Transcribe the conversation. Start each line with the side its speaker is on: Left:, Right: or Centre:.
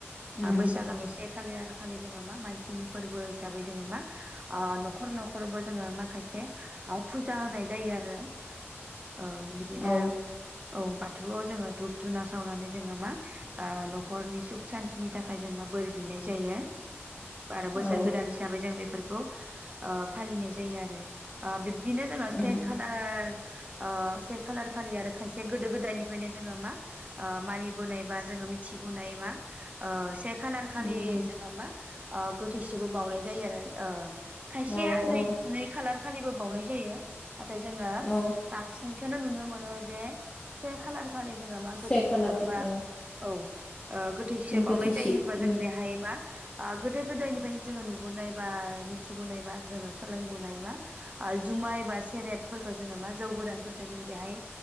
Left: उम
Right: बैसागोनि खालि आरो खालि जोङो मा मानसिनि फोरबो हिसाबै जोङो मा ओ न'खर न फोरबो जोङो माखासे फुजा होनाय जायो आरो अ बिदिनो
Left: औ
Right: औ बाथौआव जोङो धुब धुना सावनानै जोङो मा ओ न'खरनि सुख सान्तिनि थाखाय जों मा बोर बिनाय जायो आरो बोसोर
Left: औ
Right: गोदान हिसाबै जों बेफोरखौ ओ फालिनाय जायो आरो बि बिदिनो जोङो से
Left: उम
Right: खालार ओ से खालार खालि आरो खायसे गोदो गोदायनिफ्रायनो जोङो मा ओ मानिबोनाय बा जोङो मिथिबोनाय मा ओ से खा लि
Left: उम
Right: जोङो मा ओ गोथैसोबो बावनाय जायो आरो ओ खायसेया
Left: औ
Right: नै
Left: औ
Right: नै खालार खालिबो बावनाय जायो नाथाय जोङो
Left: औ
Right: बांसिन खौनो नुनो मोनो जे से खालार खालि जोङो मा
Left: से
Right: गोथैसो
Left: खालार खालि
Right: बा
Left: औ
Right: औ ओ गोथैसो बावनाय
Left: गोथैसि
Right: जायो होनबा जों
Left: उम
Right: बेहाय मा ओ गोदो गोदायनिफ्रायनो जोङो नुबोनाय बा मिथिबोनाय बा जोङो सोलोंबोनाय बा ओ जुमाय बा सेरेब फोरफोरखौ जोङो मा जौ गोरानफोरखौ जोङो बेहाय